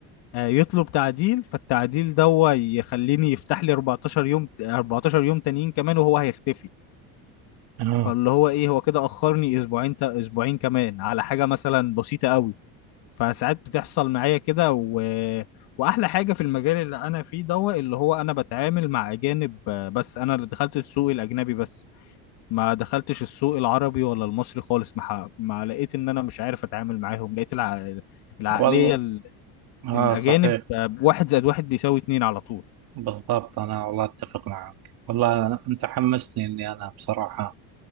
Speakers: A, on the left; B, on the right.
A: آه، يطلب تعديل فالتعديل ده هو يخليني يفتح لي 14 يوم 14 يوم تانيين كمان وهو هيختفي
B: اه
A: فاللي هو ايه هو كده اخرني اسبوعين تا... اسبوعين كمان على حاجه مثلا بسيطه قوي فساعات بتحصل معايا كده و... واحلى حاجه في المجال اللي انا فيه دوت اللي هو انا بتعامل مع اجانب آه، بس انا اللي دخلت السوق الاجنبي بس ما دخلتش السوق العربي ولا المصري خالص ما, ح... ما لقيت ان انا مش عارف اتعامل معاهم لقيت الع... العقليه
B: والله اه
A: الأجانب
B: صحيح
A: آه، واحد زائد واحد بيساوي اتنين على طول
B: بالضبط أنا والله أتفق معك والله أنا- أنت حمستني إني أنا بصراحة